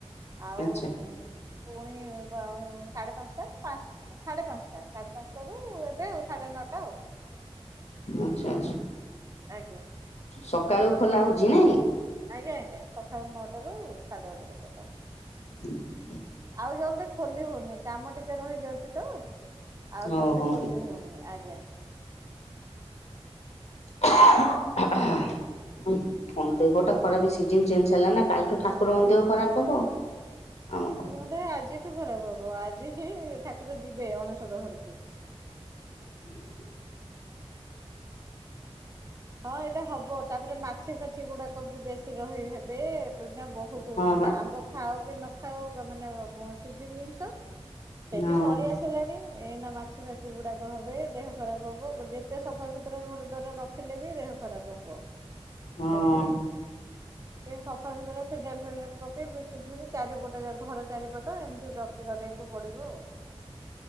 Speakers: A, on the right; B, on the left.
A: ଆଉ
B: ଆଚ୍ଛା
A: ପୁଣି ବା ସାଢ଼େ ପାଞ୍ଚଟା, ପାଞ୍ଚ ସାଢ଼େ ପାଞ୍ଚଟା, ସାଢ଼େ ପାଞ୍ଚଟାରୁ ଏବେ ଆଉ ସାଢ଼େ ନଅଟା ଆଉ।
B: ଆଛା ଆଛା।
A: ଆଜ୍ଞା।
B: ସକାଳୁ ଖୋଲା ହଉଚି, ନାଇଁ?
A: ଆଜ୍ଞା ଆଜ୍ଞା, ସକାଳୁ ନଅଟାରୁ ର ସାଢ଼େ ଗୋଟେ ପର୍ଯ୍ୟନ୍ତ।
B: <unintelligible>
A: ଆଉ ଜଲଦି ଖୋଲି ହଉନି, କାମ ଟିକେ ରହିଯାଉଚି ତ। ଆଉ
B: ଓହୋ
A: ଜଲଦି ଖୋଲି ହଉନି, ଆଜ୍ଞା।
B: ଦେହ ଟା ଖରାପ, ସିଜନି ଚେଞ୍ଜ ହେଲା ନା। କାଲିଠୁ ଠାକୁରଙ୍କ
A: ହଁ ପରା।
B: ଦେହ ଖରାପ ହବ, ଆମ କଣ?
A: <unintelligible> ଆଜି ଆଜିଠୁ ଖରାପ ହବ, ଆଜି ହିଁ ଠାକୁର ଯିବେ ଅଣସର ଘରକୁ।
B: ହୁଁ ହୁଁ।
A: ହଁ ଏଇଟା ହବ, ତାପରେ ମାଛି ଫାଛି ଗୁଡାକ ବି ବେଶୀ ରହି ହେବେ। ସେଠା ବହୁତ,
B: ହଁ
A: ମାନେ
B: ବା
A: ଆମ୍ବ ଖାଅ କି ନ ଖାଅ, ମାନେ ସିଜିନି ଜିନିଷ। ସେ
B: ହଁ
A: ବି ସରି ଆସି ଆସିଲାଣି, ଏଇନା ମାଛି ଫାଛି ଗୁଡାକ ହେବେ, ଦେହ ଖରାପ ହବ, ଯେତେ ସଫାସତୁରା ଘର ଦ୍ୱାର ରଖି ରଖିଲେ ବି ଦେହ ଖରାପ ହବ,
B: ହଁ
A: ଯେମିତି ହେଲେ। ସଫା ସୁତୁରା, ଫିନାଇଲ ଫିନାଇଲ ପକେଇ, ବ୍ଲିଚିଙ୍ଗ ଫ୍ଲିଚଙ୍ଗ, ଚାରିପଟ ଯାକ ଘର ଚାରିପଟ ତ, ଏମିତି ରଖି କରିବାକୁ ପଡିବ ଆଉ।